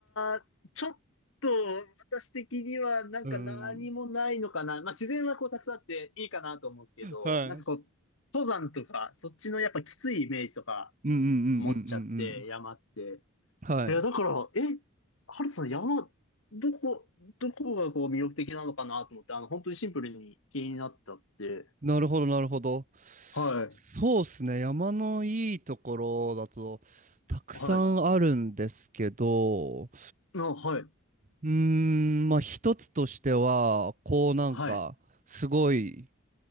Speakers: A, on the left (about 65°); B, on the right (about 35°).
A: ー、ちょっと私的にはなんか何もないのかな。
B: うん。
A: まあ自然はこうたくさんあっていいかなと思うんですけど、
B: はい
A: なんかこう、登山とか、そっちのやっぱきついイメージとか
B: うんうんうんうんう
A: 持っちゃって、
B: ん
A: 山って。
B: うん。はい。
A: いや、だから、え、ハルトさん山、どこ、どこがこう魅力的なのかなと思って、あの、本当にシンプルに気になったって。
B: なるほど、なるほど。
A: はい。
B: そうですね。山のいいところだと、たくさんあるんですけど、
A: はい。の、はい。
B: うーん、まあ一つとしては、こうなんか、
A: はい。
B: すごい、